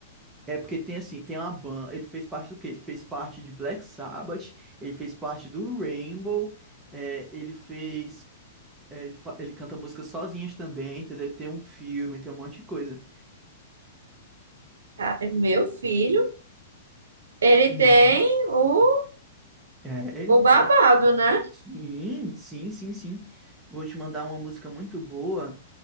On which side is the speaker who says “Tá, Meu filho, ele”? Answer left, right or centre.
Right